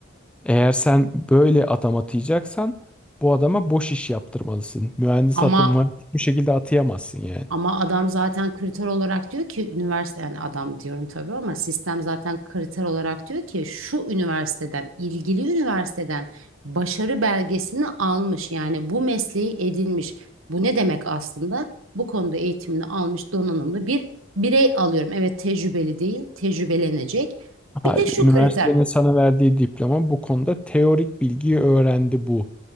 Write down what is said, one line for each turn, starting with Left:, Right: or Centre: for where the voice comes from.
Centre: Eğer sen böyle adam atayacaksan bu adama boş iş yaptırmalısın. Mühendis
Right: Ama
Centre: atama bu şekilde atayamazsın yani.
Right: Ama adam zaten kriter olarak diyor ki üniversite yani adam diyorum tabii ama sistem zaten kriter olarak diyor ki şu üniversiteden ilgili üniversiteden başarı belgesini almış yani bu mesleği edinmiş. Bu ne demek aslında? Bu konuda eğitimini almış donanımlı bir birey alıyorum. Evet tecrübeli değil, tecrübelenecek.
Centre: Hayır,
Right: Bir de şu
Centre: üniversitenin
Right: kriter.
Centre: sana verdiği diploma bu konuda teorik bilgiyi öğrendi bu